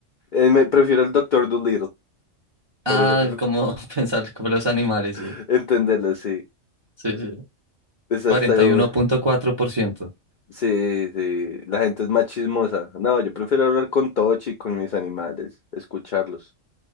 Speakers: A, on the left; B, on the right.
A: Eh, me prefiero el Doctor Dolittle.
B: Ah,
A: Para eso prefiero
B: como <laughs> pensar con los animales,
A: <laughs>
B: sí.
A: entenderlo, sí.
B: Sí, sí.
A: Esa
B: cuarenta
A: está buena.
B: y uno punto cuatro por ciento
A: Sí, sí. La gente es más chismosa. No, yo prefiero hablar con Tochi, con mis animales, escucharlos.